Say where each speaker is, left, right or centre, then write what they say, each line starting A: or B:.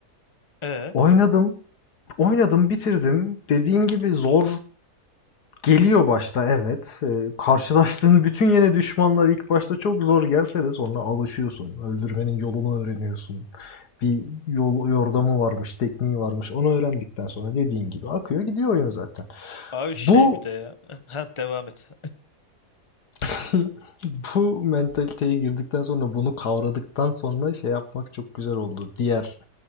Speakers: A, on the left (about 20°); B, on the left (about 80°).
A: ee,
B: Oynadım, oynadım, bitirdim. Dediğin gibi zor Geliyor başta evet. Ee, karşılaştığın <laughs> bütün yeni düşmanlar ilk başta çok zor gelse de sonra alışıyorsun. Öldürmenin yolunu öğreniyorsun. Bir yol yordamı varmış, tekniği varmış. Onu öğrendikten sonra dediğin gibi akıyor gidiyor oyun zaten.
A: abi şey
B: Bu
A: bir de ya. <laughs> Ha devam et.
B: <laughs> bu mentaliteye girdikten sonra bunu kavradıktan sonra şey yapmak çok güzel oldu. Diğer